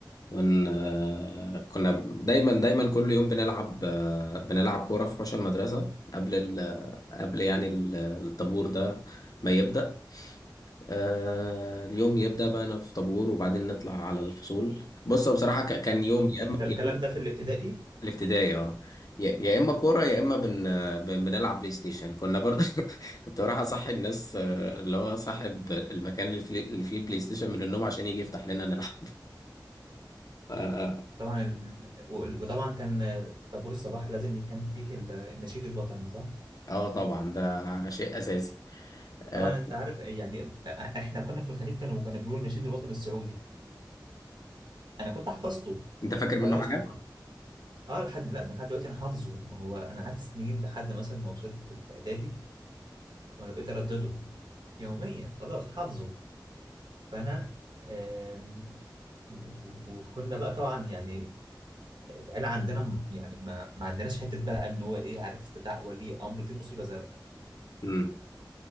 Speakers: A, on the left; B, on the right.
A: ون آه كنا دايما دايما كل يوم بنلعب آه بنلعب كورة في حوش المدرسة قبل ال قبل يعني ال- الطابور ده ما يبدأ آه اليوم يبدأ بقى أنا في طابور وبعدين نطلع على الفصول بص هو بصراحة ك- كان يوم يا إما
B: ده الكلام
A: يا إما
B: ده في الابتدائي
A: في الابتدائي اه يا يا إما كورة يا إما بن آه، بن- بنلعب بلاي ستيشن كنا برضه <laughs> كنت بروح أصحي الناس آه، اللي هو صاحب المكان اللي فيه اللي فيه بلاي ستيشن من النوم عشان يجي يفتح لنا نلعب <laughs> اه
B: طبعا ال- وال- وطبعا كان طابور الصباح لازم كان فيه ال- النشيد الوطني صح
A: آه، طبعا ده شيء أساسي آه،
B: طبعا انت عارف يعني احنا كنا في الخليج كانوا كانوا بيقولوا النشيد الوطني السعودي انا كنت حفظته
A: أنت فاكر
B: خلاص
A: منه حاجة؟
B: طبعا. اه لحد لا ده لحد دلوقتي انا حافظه ما هو انا قعدت سنين لحد مثلا ما وصلت الاعدادي وانا بقيت اردده يوميا خلاص حافظه فانا آم، و- و- وكنا بقى طبعا يعني آه، العيله عندنا م- يعني ما ما عندناش حته بقى ان هو ايه عارف استدعاء ولي امر دي مصيبه زرقاء
A: مم.